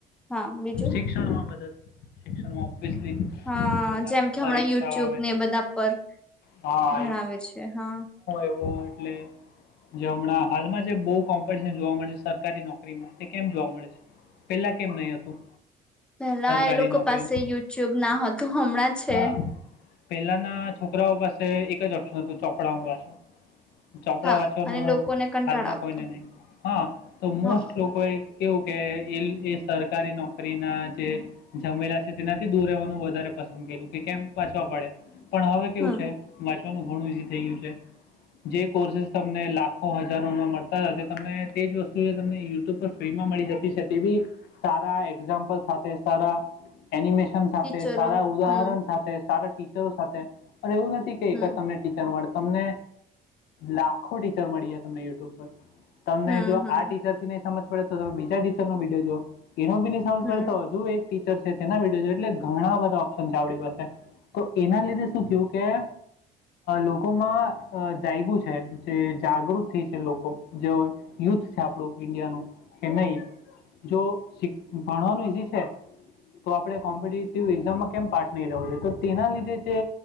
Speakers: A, in the centre; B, on the left (about 75°).
A: હા બીજું
B: શિક્ષણમાં મદદ શિક્ષણમાં બધ
A: હા જેમ કે હમણાં
B: પરીક્ષા
A: યુટ્યુબ
B: આવે
A: ને
B: છે,
A: એ બધા પર
B: હા
A: ભણાવે છે હા
B: એવ એટલે જે હમણાં હાલમાં જે બહુ કોમ્પિટિશન જોવા મળે છે સરકારી નોકરી કેમ જોવા મળે છે, પેલા કેમ નહી હતું?
A: પેલા
B: સરકારી
A: એ લોકો
B: નોકરીઓનું
A: પાસે યુટ્યુબ ના હતું હમણાં છે.
B: હા પહેલાના છોકરાઓ પાસે એક જ ઓપ્શન હતું ચોપડા વાછું. ચોપડા
A: હા
B: વાંચવાનું
A: અને લોકોને કંટાળ
B: હાલમાં
A: આવતો
B: કોઈને નહી હા તો મો
A: હા
B: કેવું કે એ સરકારી નોકરી ના જે, જમેલા છે તેનાથી દૂર રહેવાનું વધારે પસંદ કર્યું કે કેમ પાછવા પડે. પણ હવે કેવું
A: હમ
B: છે મ ણું થઈ ગયું છે, જે કોર્સ તમને લાખો હજારોમાં મળતા હતા તમને તેજ વસ્તુ તમે ફ્રીમાં મળી જતી છે તેવી, સારા એક્ઝામ્પલ સાથે સારા એનિમેશન સાથે
A: ટીચરો
B: સારા ઉદાહરણ
A: હમ
B: સાથે સારા ટીચરો સાથે અને એવું નથી કે
A: હમ
B: એકદ તમને ટીચર તમને, લાખો ટીચર મળીએ તમને યુટ્યુબ પર. તમને
A: હમ
B: જો
A: હમ
B: આ ટીચર થી ને સમજ પડે તો તમે બીજા ટીચર નો વિડીયો જો. એનો બીની સાઉજ
A: હમ
B: પડતો હો હુ એક ટીચર તેના વિડીયો એટલે ઘણા બધા ઓપ્શન છે આપણી પાસે, તો એના લીધે શું થયું કે લોકોમાં જાયું છે જે જાગૃત થઈ છે લોકો જે યુથ છે આપણું. ઇન્ડિયાનું, કે નહી જો ભણવાનું ઈઝી છે, તો આપડણે કોમ્પિટેટિવ એક્ઝામમાં કેમ પાર્ટ નહી લેવો જોઈએ તો તેના લીધે છે